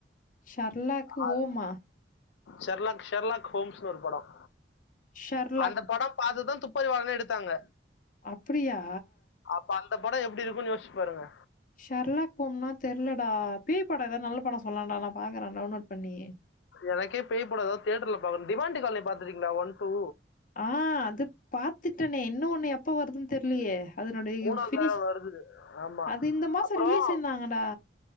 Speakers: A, on the left; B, on the left.
A: ஷர்லாக்கு
B: அ
A: ஓமா
B: ஷெர்லாக் ஷெர்லாக் ஹோம்ஸ்னு ஒரு படம்
A: ஷர்லாக்
B: அந்த படம் பாத்துதான் துப்பறிவாளன் எடுத்தாங்க
A: அப்படியா
B: அப்ப அந்த படம் எப்டி இருக்கும்ன்னு யோச் பாருங்க
A: ஷெர்லாக் ஹோம்னா தெர்லடா பேய் படம் ஏதாது நல்ல படம் சொல்லன்டா நா பாக்குறேன் டவுன்லோட் பண்ணி
B: எனக்கே பேய் படம்தா தியேட்டர்ல பாக்கனும் டிமாண்டி காலனி பாத்துருக்கிங்களா ஒன் டூ
A: ஆ அது பாத்துட்டேனே இன்னும் ஒண்ணு எப்ப வருதுன்னு தெரிலயே அதனுடைய
B: மூணாவது
A: ப்னிஷ்
B: தடவை வருது ஆமா
A: அது இந்த மாசம்
B: அப்புறம்
A: ரிலீஸ்ன்னாங்கடா